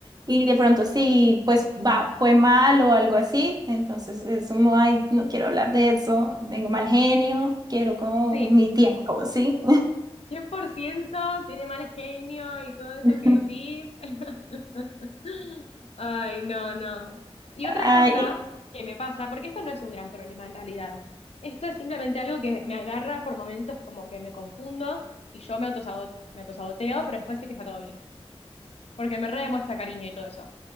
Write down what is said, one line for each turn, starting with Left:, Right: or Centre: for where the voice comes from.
Right: y de pronto sí, pues va, fue mal o algo así, entonces es como, ay, no quiero hablar de eso, tengo mal genio, quiero como
Left: sí.
Right: mi tiempo, ¿sí?
Left: cien por ciento tiene mal genio y todo eso
Right: <laughs>
Left: que decís. <laughs> Ay, no, no. Y
Right: Ay,
Left: otra cosa que me pasa, porque esto no es un gran problema en realidad. Esto es simplemente algo que me agarra por momentos como que me confundo y yo me autosaboteo, me autosaboteo, pero después sé que está todo bien, porque me redemuestra cariño y todo eso.